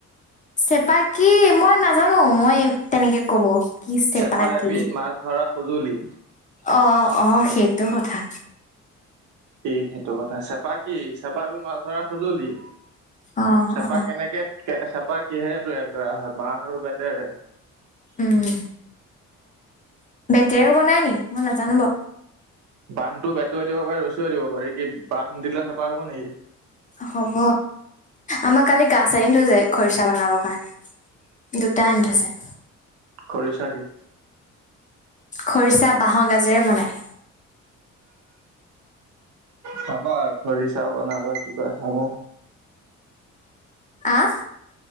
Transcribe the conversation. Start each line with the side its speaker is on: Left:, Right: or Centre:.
Left: চেপা কি মই নাজানো মই তেনেকে কব। কি
Right: চেপা
Left: কি
Right: এবিধ মাছ ধৰা সঁজুলি।
Left: অ, ' অ সেইটো কথা।
Right: কি সেইটো কথা চেপা কি চেপা তৰা সঁজুলি।
Left: অ
Right: চেপা
Left: অ
Right: কেনেকে চেপা কিহেৰে তৈয়াৰ কৰা হয় মাহ আৰু বেতেৰে
Left: উম। তেও বনায় নি মই নাজানো
Right: বান্ধটো বেটুৱাই দিব পাৰাৰে ৰচাই দিব পাৰি কি বান্ধ দিলে চাফা হ'ব নেকি।
Left: হ'ব আমাৰ কালি গা আনি থৈ যায় খৰিচা বনাবৰ কাৰণে দু টানি থৈছে।
Right: কৰিছ কি।
Left: খৰিচা বাঁহ গাজেৰে বনাই।
Right: খাবা আৰু খৰিচা বনাবা কিবা খাবা।
Left: আহ।